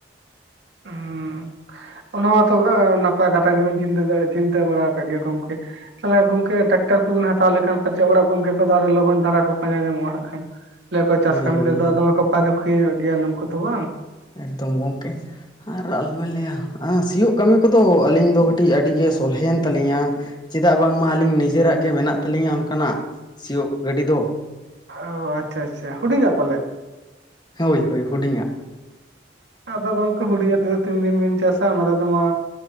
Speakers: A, on the right; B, on the left.
A: ᱦᱩᱸ ᱚᱱᱟ ᱢᱟᱛᱚ ᱱᱟᱯᱟᱭ ᱠᱟᱛᱷᱟ ᱜᱮᱵᱮᱱ ᱪᱤᱱᱛᱟᱹ ᱵᱟᱲᱟ ᱟᱠᱟᱫ ᱜᱮᱭᱟ ᱜᱚᱝᱠᱮ ᱾ ᱛᱟᱦᱚᱞᱮ ᱜᱚᱝᱠᱮ ᱴᱨᱟᱠᱴᱟᱨ ᱠᱚᱵᱤᱱ ᱦᱟᱛᱟᱣ ᱞᱮᱠᱷᱟᱱ ᱯᱟᱪᱮᱫ ᱚᱲᱟᱜ ᱜᱚᱢᱠᱮ ᱠᱚ ᱟᱰᱤ ᱞᱚᱜᱚᱱ ᱫᱷᱟᱨᱟ ᱠᱚ ᱯᱟᱸᱡᱟ ᱧᱟᱢᱚᱜᱼᱟ ᱦᱟᱜ ᱠᱷᱟᱱ ᱾ ᱞᱟᱹᱭ ᱟᱠᱚ ᱪᱟᱥ
B: ᱦᱳᱭ
A: ᱠᱟᱹᱢᱤ
B: ᱦᱳᱭ
A: ᱨᱮᱫᱚ ᱫᱚᱢᱮ ᱠᱚ ᱯᱟᱨᱩᱠᱷᱤᱭᱟᱹᱧᱚ ᱜᱮᱭᱟ ᱱᱩᱠᱩ ᱫᱚ ᱵᱟᱝ?
B: ᱮᱠᱫᱚᱢ ᱜᱚᱢᱠᱮ᱾ ᱟᱨ ᱟᱞᱚᱵᱮᱱ ᱞᱟᱹᱭᱟ ᱥᱤᱭᱳᱜ ᱠᱟᱹᱢᱤ ᱠᱚᱫᱚ ᱟᱹᱞᱤᱧ ᱫᱚ ᱠᱟᱹᱴᱤᱡ ᱟᱹᱰᱤᱜᱮ ᱥᱚᱞᱦᱮᱭᱮᱱ ᱛᱟᱹᱟᱞᱤᱧᱟ ᱾ ᱪᱮᱫᱟᱜ ᱵᱟᱝᱢᱟ ᱟᱹᱞᱤᱧ ᱱᱤᱡᱮᱨᱟᱜ ᱜᱮ ᱢᱮᱱᱟᱜ ᱛᱟᱹᱟᱞᱤᱧᱟ ᱚᱱᱠᱟᱱᱟᱜ ᱥᱤᱭᱳᱜ ᱜᱟᱹᱰᱤ ᱫᱚ᱾
A: ᱚ ᱟᱪᱪᱷᱟ ᱟᱪᱪᱷᱟ, ᱦᱩᱰᱤᱧᱟ ᱯᱟᱞᱮ?
B: ᱦᱳᱭ ᱦᱳᱭ ᱦᱩᱰᱤᱧᱟᱜ ᱾
A: ᱟᱫᱚ ᱜᱚᱝᱠᱮ ᱦᱩᱰᱤᱧ ᱛᱮᱫᱚ ᱛᱤᱱ ᱫᱤᱱ ᱵᱮᱱ ᱪᱟᱥᱟ ᱚᱱᱟ ᱛᱮᱫᱚ ᱢᱟᱼᱼ